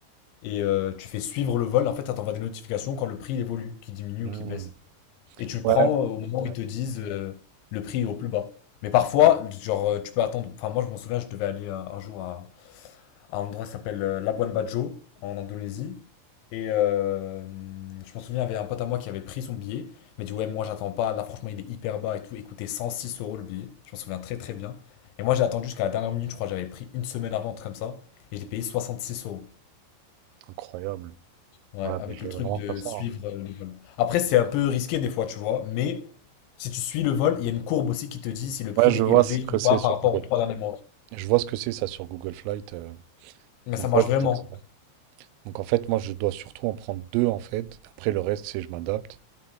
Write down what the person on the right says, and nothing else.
Hmm.
Ouais,
ouais.
incroyable.
Ouais,
bah, je
vais
vraiment
faire ça.
hein.
Ouais, je
vois
ce que
c'est
sur
Google.
Je vois ce que c'est ça sur Google Flight. euh.
Donc
ouais, je
vais faire ça. Donc en fait, moi, je dois surtout en prendre deux en fait. Après le reste, c'est je m'adapte.